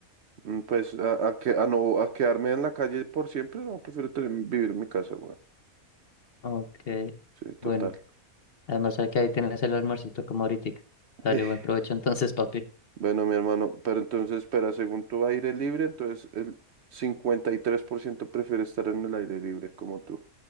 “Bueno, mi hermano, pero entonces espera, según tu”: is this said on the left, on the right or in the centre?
Right